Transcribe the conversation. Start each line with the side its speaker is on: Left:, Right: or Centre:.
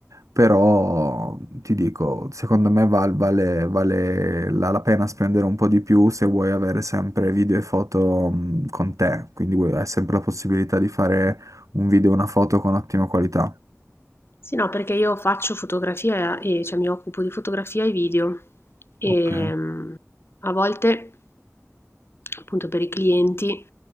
Right: però ti dico, secondo me val- vale, vale la, la pena spendere un po' di più se vuoi avere sempre video e foto mh, con te, quindi vuoi- hai sempre la possibilità di fare un video e una foto con ottima qualità.
Left: Sì, no, perché io faccio fotografia e cioè mi occupo di fotografia e video e
Right: Ok.
Left: mm, a volte appunto per i clienti